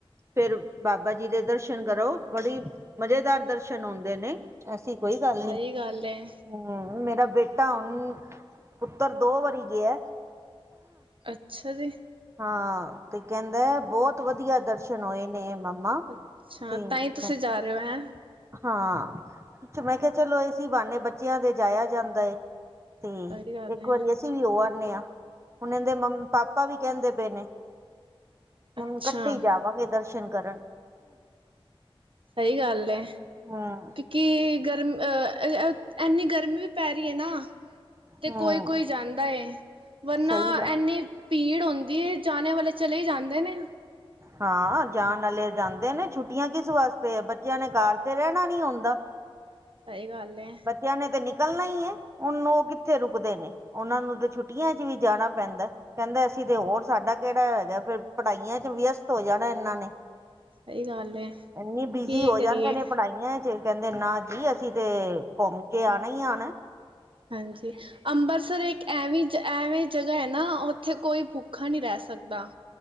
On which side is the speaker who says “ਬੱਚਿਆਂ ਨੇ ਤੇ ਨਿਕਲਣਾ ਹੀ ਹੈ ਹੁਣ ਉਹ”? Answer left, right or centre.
Right